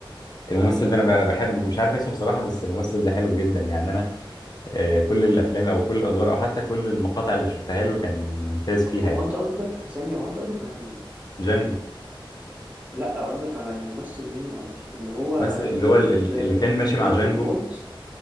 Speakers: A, on the left (about 50°); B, on the right (about 15°).
A: الممثل
B: لا جانجو
A: ده انا
B: كان
A: ب- بحبه
B: حلو
A: مش عارف اسمه بصراحة بس الممثل ده حلو جدا يعني انا آه، كل الافلام او كل الادوار او حتى كل المقاطع اللي شفتها له كان ممتاز فيها
B: هو
A: يعني
B: انت قصدك ثانية هو انت قصدك على مين؟
A: جانجو
B: لا قصدك على الممثل مين معلش اللي هو
A: ممثل
B: انت
A: اللي
B: تقصد
A: هو ال- ال-
B: آه،
A: اللي كان ماشي مع
B: كريستوف
A: جانجو
B: وولتز